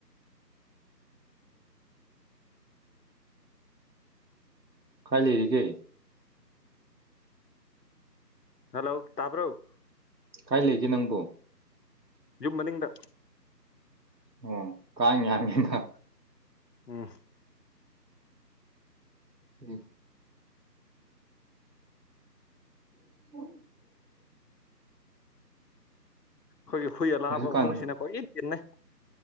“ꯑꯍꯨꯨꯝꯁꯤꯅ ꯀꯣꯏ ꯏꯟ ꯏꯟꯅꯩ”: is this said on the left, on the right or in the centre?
Left